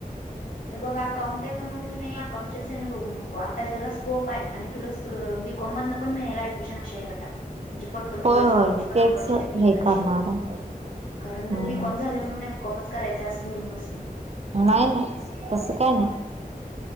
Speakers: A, on the left; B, on the right.
A: बघ. अकाउंट आहे म्हणून नाही अकाउंटच्याच हेन बघू नको आता ज्याला स्कोप आहे आणि तुला बी कॉम मधन पण मिळेल ऍडमिशनअश्या हेला टाक. म्हणजे पटकन
B: होय
A: तुला
B: होय
A: जॉबची पण
B: तेच
A: अपॉर्च्युनिटी
B: हे
A: येईल अशी.
B: करणार आहे
A: कारण
B: हम्म
A: बीकॉम झाले म्हणून एम कॉमच करायचंय असं धरून बसू नको.
B: नाही नाही तसं काय नाही.